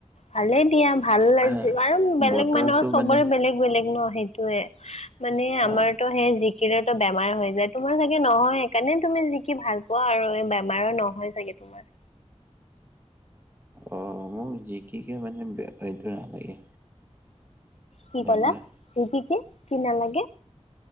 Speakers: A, on the left (about 65°); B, on the right (about 20°).
A: ভালে দিয়া। ভাল লাগছে।
B: আহ
A: আৰু বেলেগ
B: বতৰটো
A: মানুহৰ চবৰে
B: মানে
A: বেলেগ বেলেগ ন। সেইট -টোৱে, মানে আমাৰতো
B: অ
A: সেই জিকিলেটো বেমাৰ হৈ যায় তোমাৰ চাগে নহয়, সেইকাৰণে তুমি জিকি ভাল পোৱা আৰু। এই বেমাৰো নহয় চাগে তো তোমাৰ।
B: অ'হ অ' মোক জিকিকে মানে বেয়া <unintelligible> নালাগে।
A: কি
B: বেমাৰ
A: ক'লা? জিকিকে, কি নালাগে?